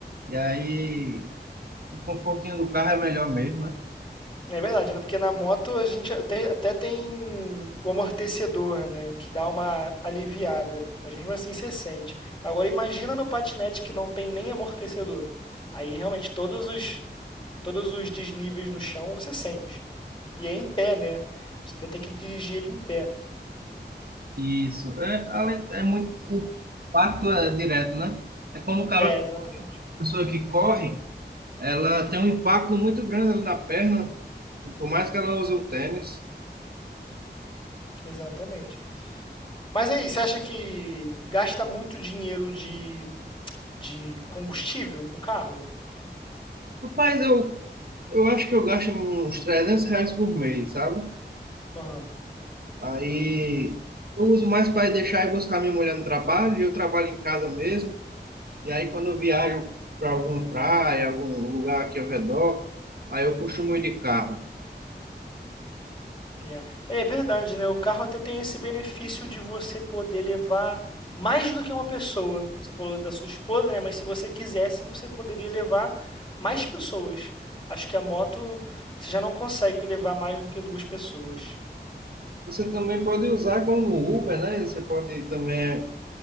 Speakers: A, on the right; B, on the left.
A: e aí o confortinho do carro é melhor mesmo, né?
B: É verdade, né? Porque na moto a gente até, até tem o amortecedor, né? Que dá uma aliviada. Mas mesmo assim você sente. Agora imagina no patinete que não tem nem amortecedor. Aí realmente todos os, todos os desníveis no chão você sente. E é em pé, né? Você ainda tem que dirigir ele em pé.
A: Isso. É, além, é muito, o impacto é direto, né? É como o cara,
B: É, exatamente.
A: a pessoa que corre, ela tem um impacto muito grande ali na perna, por mais que ela use um tênis.
B: Exatamente. Mas aí, você acha que gasta muito dinheiro de, de combustível com carro?
A: Rapaz, eu, eu acho que eu gasto uns 300 reais por mês, sabe?
B: Aham.
A: Aí eu uso mais para deixar e buscar minha mulher no trabalho, e eu trabalho em casa mesmo. E aí quando eu viajo para alguma praia, algum lugar aqui ao redor, aí eu costumo ir de carro.
B: yeah. É verdade, né? O carro até tem esse benefício de você poder levar mais do que uma pessoa. Você falou da sua esposa, né? Mas se você quisesse, você poderia levar mais pessoas. Acho que a moto você já não consegue levar mais do que duas pessoas.
A: Você também pode usar como Uber, né? Você pode também